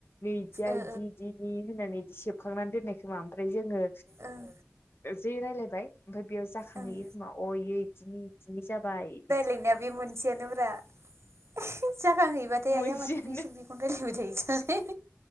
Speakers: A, on the left; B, on the right.
A: नै इदिया
B: ओ ओं
A: इदि इदिनि होननानै इदि सेबखांनानै दोननाय खो खोमा ओमफ्राय जोङो
B: ओं
A: जि रायलायबाय ओमफ्राय बेयाव जाखाङोहैयोखोमा
B: ओं
A: अ बेयो इदिनि इदिनि जाबाय बिदि
B: बिनिया बे मोनसेयानो ब्रा जाखां हैबाथाय
A: मोनसेयानो
B: आइया माथो बिसोर बिखौनो रायलायबाय थायो जाला